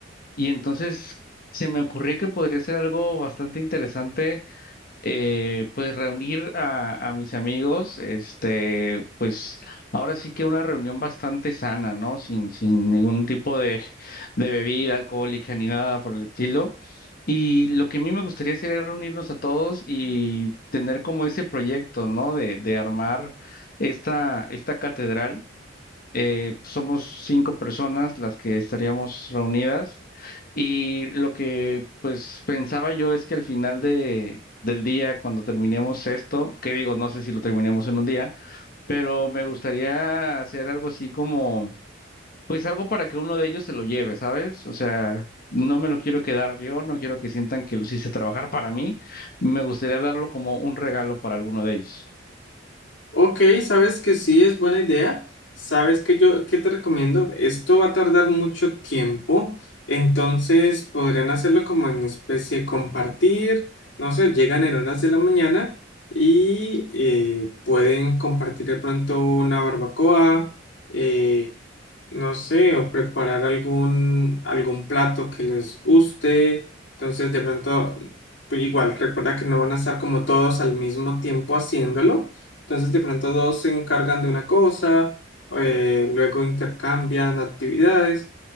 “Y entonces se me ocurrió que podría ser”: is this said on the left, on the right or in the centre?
Left